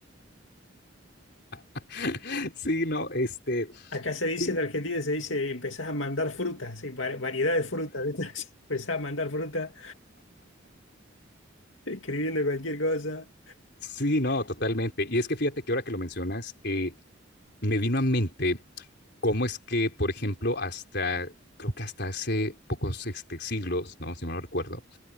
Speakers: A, on the left; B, on the left.
A: <laughs> sí, no, este,
B: Acá se dice
A: sí,
B: en Argentina, se dice, empezás a mandar frutas, y va- variedad de frutas, <laughs> ¿viste? Empezás a mandar fruta escribiendo cualquier cosa.
A: sí, no, totalmente. Y es que fíjate que ahora que lo mencionas, eh, me vino a mente cómo es que, por ejemplo, hasta, creo que hasta hace pocos este, siglos, ¿no? Si no lo recuerdo,